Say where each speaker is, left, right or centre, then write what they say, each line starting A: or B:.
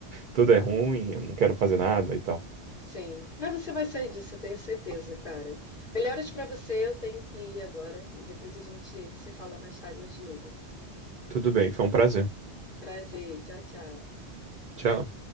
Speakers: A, on the right; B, on the left.
A: tudo é ruim, eu não quero fazer nada e tal.
B: Sim. Mas você vai sair disso, eu tenho certeza, cara. Melhoras pra você, eu tenho que ir agora e depois a gente se fala mais tarde, eu te ligo.
A: Tudo bem, foi um prazer.
B: Prazer, tchau, tchau.
A: Tchau.